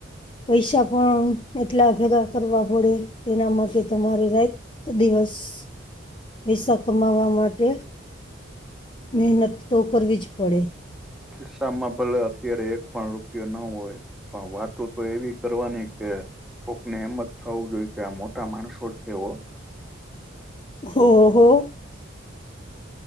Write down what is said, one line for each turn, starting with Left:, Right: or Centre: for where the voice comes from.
Left: પૈસા પણ એટલા ભેગા કરવા પડે, તેના માટે તમારે રા તો દિવસ. પૈસા કમાવા માટે, મહેનત તો કરવી જ પડે.
Centre: ખિસ્સામાં ભલે અત્યારે એક પણ રૂપિયો ન હોય. પણ વાતો તો એવી કરવાની કે કોકને એમ જ થવું જોઈએ કે, આ મોટા માણસો છે હો!
Left: હો હો